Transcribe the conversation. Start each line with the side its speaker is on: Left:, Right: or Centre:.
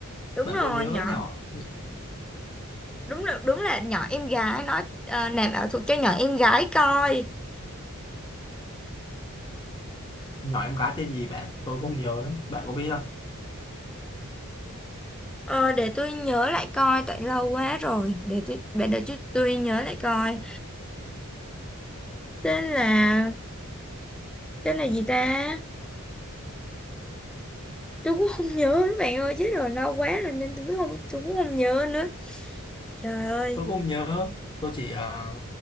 Centre: đúng
Left: Bạn
Centre: rồi
Left: có nhớ
Centre: nhỏ
Left: nhỏ
Centre: đúng là đúng là nhỏ em gái nói ờ, làm ảo thuật cho nhỏ em gái coi
Left: nhỏ em gái tên gì bạn? Tôi cũng không nhớ nữa. Bạn có biết
Centre: Ờ, để tôi nhớ lại coi tại lâu quá rồi để tôi để, để tôi, tôi nhớ lại coi tên là tên là gì ta tôi cũng không nhớ nữa bạn ơi chứ rồi lâu quá rồi nên tôi cũng không tôi cũng không nhớ nữa trời ơi
Left: tôi cũng không nhớ tôi chỉ ờ,